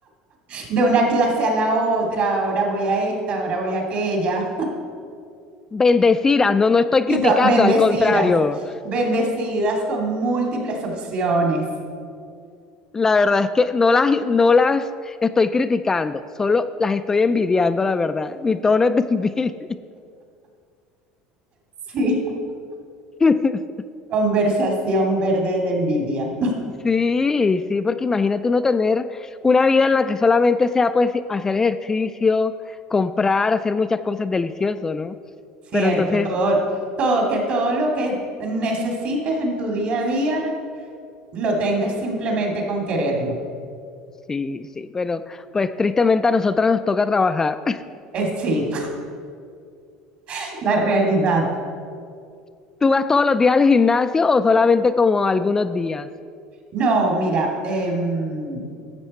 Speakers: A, on the right; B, on the left.
A: De una clase a la otra, ahora voy a esta, ahora voy a aquella.
B: <laughs> Bendecidas, no, no estoy
A: Y
B: criticando,
A: to- bendecidas,
B: al contrario.
A: bendecidas con múltiples opciones.
B: La verdad es que no las, no las estoy criticando, solo las estoy envidiando, la verdad. Mi tono es de envidia.
A: Sí.
B: <laughs>
A: Conversación verde de envidia.
B: Sí, sí, porque imagínate uno tener una vida en la que solamente sea pues hacer ejercicio, comprar, hacer muchas cosas delicioso, ¿no?
A: Cierto,
B: Pero entonces,
A: todo, todo, que todo lo que necesites en tu día a día lo tengas simplemente con quererlo.
B: sí, sí, pero pues tristemente a nosotras nos toca trabajar.
A: Eh, sí, <laughs> la realidad.
B: <laughs> ¿Tú vas todos los días al gimnasio o solamente como algunos días?
A: No, mira, em,